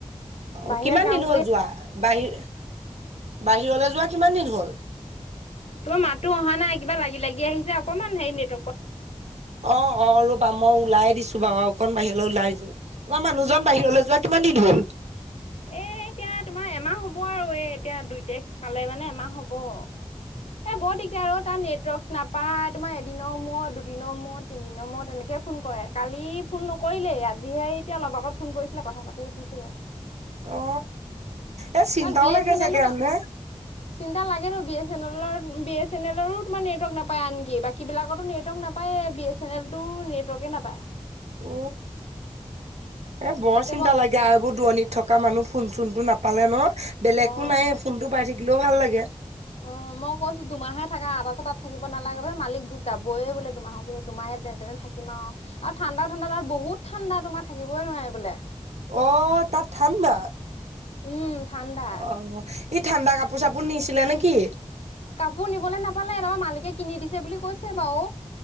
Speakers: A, on the right (about 75°); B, on the left (about 70°).
A: অ
B: বাহিৰত
A: কিমান
B: কাম
A: দিন হ'ল
B: কৰি
A: যোৱা? বাহিৰ-বাহিৰলৈ যোৱা কিমান দিন হ'ল?
B: তোমাৰ মাতো অহা নাই, কিবা লাগি-লাগি আহিছে, অকমান হেৰি নেটৱ
A: অ অ ৰবা মই ওলাই দিছো বাৰু, অকণ বাহিৰলৈ ওলাই যোৱা। তোমাৰ মানুহজন বাহিৰলৈ যোৱা কিমান কিমান দিন হ'ল?
B: এ এতিয়া তোমাৰ এমাহ হব আৰু এ এতিয়া দুই তাৰিখ পালে মানে এমাহ হ'ব। এ বৰ দিগদাৰ অ তাৰ নেটৱৰ্ক নাপায়। তোমাৰ এদিনৰ মূৰত, দুদিনৰ মূৰত, তিনিদিনৰ মূৰত, এনেকে ফোন কৰে। কালি ফোন নকৰিলে দেই আজিহে এতিয়া অলপ আগত ফোন কৰিছিলে, কথা পাতি উঠিছোহে।
A: অ। এ চিন্তাও
B: তাত বি
A: লাগে
B: এছ এন
A: চাগে
B: এলো কাম
A: আৰু নে?
B: চিন্তা লাগে ত। বি এছ এন এলৰ বি এছ এন এৰো তোমাৰ নেটৱৰ্ক নাপায় আনকি। বাকী বিলাকতো নেটৱৰ্ক নাপায় নাপায়ে। বি এছ এন এল টো নেটৱৰ্কে নাপায়।
A: উ এ বৰ
B: তাকে
A: চিন্তা
B: মই
A: লাগে আৰু এইবোৰ দোৰনিত থকা মানুহ ফোন চোনতটো নাপালে ন। বেলেগতো
B: অ
A: নাই ফোন টো পাই থাকিলেও ভাল লাগে।
B: অ মই কৈছো দুমাহে থাকা। তাৰপিছত তাত থাকিব নালাগে যে মালিক যাবইে বোলে দুমাহৰ পিছত, দুমাহে যেন তেনে থাকিম আৰু। ঠাণ্ডা-ঠাণ্ডাাত বহুত ঠাণ্ডা তোমাৰ থাকিবই নোৱাৰি বোলে।
A: অ তাত ঠাণ্ডা।
B: উম ঠাণ্ডা
A: অ। সি ঠাণ্ডা কাপোৰ-চাপোৰ নিছিলে নেকি?
B: কাপোৰ নিবলৈ নাপালে, তাৰপৰা মালিকে কিনি দিছে বুলি কৈছে বাৰু।